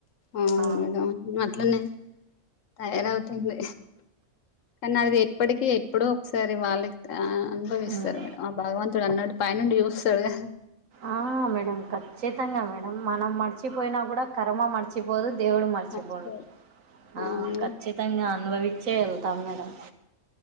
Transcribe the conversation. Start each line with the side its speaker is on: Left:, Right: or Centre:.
Left: అవును
Right: ఆ
Left: మేడం అట్లనే తయారవుతుంది కానీ అది ఎప్పటికి ఎప్పుడు ఒకసారి వాళ్ళకి అనుభవిస్తారు
Right: ఉమ్
Left: మేడం ఆ భగవంతుడు అన్నడు పైనుండి చూస్తడుగా
Right: ఆ మేడం ఖచ్చితంగా మేడం మనం మర్చిపోయినా కూడా కర్మా మర్చి పోదు దేవుడు మరిచిపోడు
Left: మర్చిపోయి
Right: ఆ
Left: అవును మేడం.
Right: ఖచ్చితంగా అనుభవించే వెళ్తాం మేడం